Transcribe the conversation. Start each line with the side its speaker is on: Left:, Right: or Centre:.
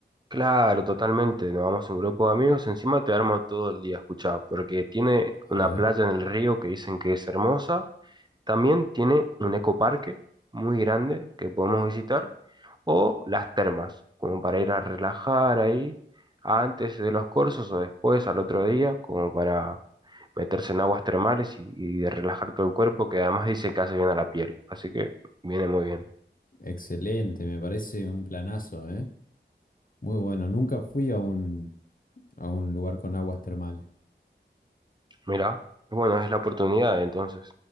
Right: Claro, totalmente, nos vamos a un grupo de amigos, encima te armo todo el día, escuchá, porque tiene
Left: A
Right: una
Left: ver.
Right: playa en el río que dicen que es hermosa También tiene un ecoparque muy grande que podemos visitar o las termas, como para ir a relajar ahí antes de los cursos o después al otro día, como para meterse en aguas termales y, y de relajar todo el cuerpo, que además dicen que hace bien a la piel, así que viene muy bien.
Left: Excelente, me parece un planazo, ¿eh? Muy bueno. Nunca fui a un, a un lugar con aguas termales.
Right: Mirá, bueno, es la oportunidad entonces.